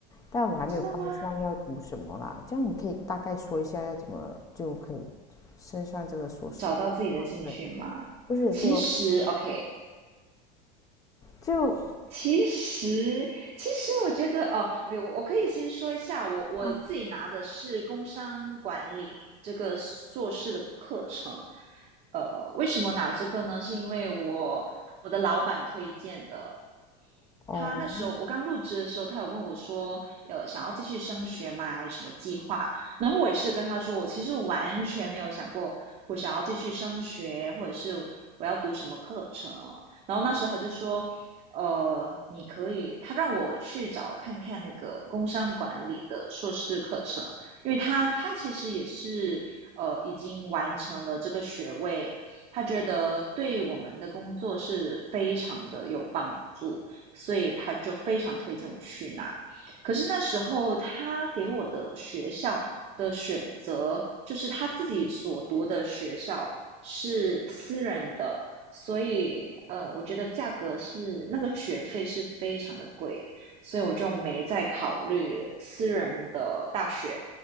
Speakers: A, on the left; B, on the right.
A: 但我还没有方向要读什么啦。
B: 真的吗？
A: 这样你可以大概说一下要怎么就可以升上这个硕士？
B: 找到自己的兴趣吗？
A: 对，不是就
B: 其实，OK，
A: 就
B: 其实，其实我觉得哦，OK，我我可以先说一下，我我自己拿的是工商管理这个硕士的课程。
A: 啊
B: 呃，为什么拿这个呢？是因为我我的老板推荐的。
A: 哦，
B: 他那时候我刚入职的时候，他有问我说，呃，想要继续升学吗？有什么计划？然后我也是跟他说，我其实完全没有想过我想要继续升学，或者是我要读什么课程。然后那时候他就说，呃，你可以，他让我去找看看那个工商管理的硕士课程，因为他他其实也是呃已经完成了这个学位，他觉得对我们的工作是非常的有帮助。所以他就非常推荐我去拿。可是那时候他给我的学校的选择，就是他自己所读的学校是私人的，所以呃，我觉得价格是那个学费是非常的贵，所以我就没再考虑私人的大学。